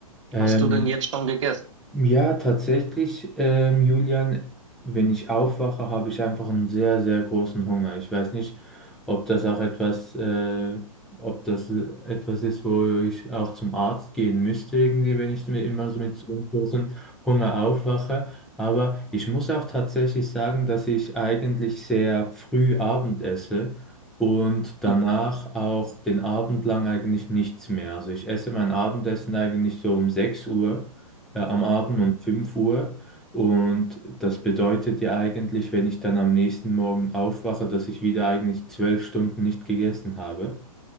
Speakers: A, in the centre; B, on the right (about 55°).
A: Ähm,
B: Hast du denn jetzt schon gegessen?
A: Ja, tatsächlich, ähm, Julian, wenn ich aufwache, habe ich einfach einen sehr, sehr großen Hunger. Ich weiß nicht, ob das auch etwas, äh, ob das etwas ist, wo ich auch zum Arzt gehen müsste, irgendwie, wenn ich mir immer so mit so einem großen Hunger aufwache. Aber ich muss auch tatsächlich sagen, dass ich eigentlich sehr früh Abend esse und danach
B: Mhm.
A: auch den Abend lang eigentlich nichts mehr. Also ich esse mein Abendessen eigentlich so um 6 Uhr äh, am Abend um 5 Uhr. Und das bedeutet ja eigentlich, wenn ich dann am nächsten Morgen aufwache, dass ich wieder eigentlich zwölf Stunden nicht gegessen habe